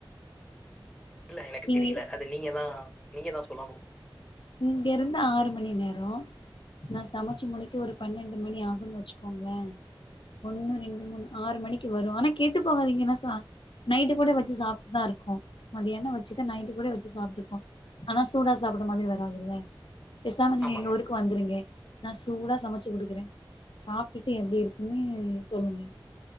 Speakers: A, in the centre; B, on the left.
A: இல்ல எனக்கு தெரில
B: இங்க
A: அது நீங்க தா நீங்க தா சொல்லணு
B: இங்க இருந்து ஆறு மணி நேரோ நா சமச்சு முடிக்க ஒரு பன்னெண்டு மணி ஆகுன்னு வெச்சுக்கோங்களே ஒண்ணு ரெண்டு மூணு ஆறு மணிக்கு வரு ஆனா கெட்டு போகாதீங்க என்ன சா நைட்டு கூட வச்சு சாப்ட்டுதா இருக்கோ மதியானோ வச்சுட்டு நைட்டு கூட வச்சு சாப்ட்ருக்கோ ஆனா சூடா சாப்பிட மாதிரி வராதுல்ல பேசாம நீங்க
A: ஆமாங்க.
B: எங்க ஊருக் வந்துருங்க நா சூடா சமச்சு குடுக்குற சாப்ட்டுட்டு எப்டி இருக்குன்னு சொல்லுங்க